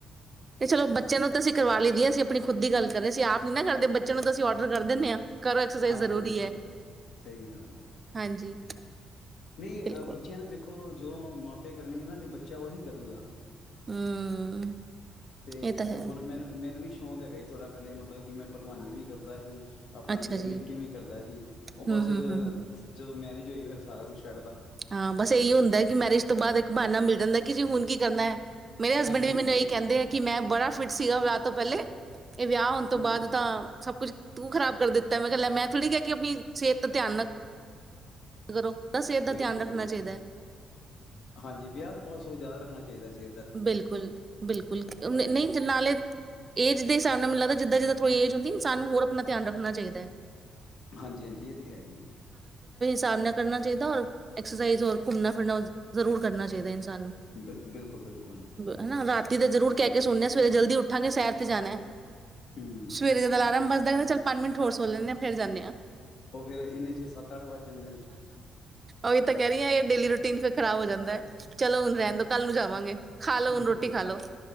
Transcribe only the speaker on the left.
ਹਾਂਜੀ
ਹਾਂਜੀ
ਸਹੀ ਗੱਲ ਹੈ
ਨਹੀਂ ਅ
ਬੱਚਿਆਂ ਨੇ ਵੇ ਦੇਖੋ, ਜੋ ਮਾਪੇ ਕਰਨੇਗੇ ਨਾ ਤੇ ਬੱਚਾ ਉਹੀ ਕਰੂਗਾ।
ਤੇ
ਹੁਣ ਮੈਨ ਮੈਨੂੰ ਵੀ ਸ਼ੌਂਕ ਹੈਗਾ ਸੀ, ਥੋੜ੍ਹਾ ਪਹਿਲੇ ਮਤਲਬ ਕਿ ਮੈਂ ਭਲਵਾਨੀ ਵੀ ਕਰਦਾ ਹੀ ਆਪਣਾ
ਵੇਟ
ਲਿਫਟਿੰਗ ਵੀ ਕਰਦਾ ਸੀ, ਉਹ ਬਸ
ਜਦੋਂ
ਮੈਰਿਜ ਹੋਈ ਫਿਰ ਸਾਰਾ ਕੁਛ ਛੱਡਦਾ
ਹਾਂਜੀ
ਹਾਂਜੀ
ਹੂੰ
ਬਿਲਕੁਲ-ਬਿਲਕੁਲ
ਹਾਂਜੀ ਵਿਆਹ ਤੋਂ ਬਹੁਤ ਸੋ ਜ਼ਿਆਦਾ ਰੱਖਣਾ ਚਾਹੀਦਾ ਸੀ।
ਹੂੰ
ਹਾਂਜੀ'ਹਾਂਜੀ ਇਹ ਤਾਂ ਹੈ ਹੀ ਆ।
ਬਿਲ ਬਿਲਕੁਲ ਬਿਲਕੁਲ
ਹੂੰ
ਉਹ ਫੇਰ ਇੰਨੇ ਚ ਸੱਤ ਅੱਠ ਵੱਜ ਜਾਂਦੇ ਨੇ
ਹਮ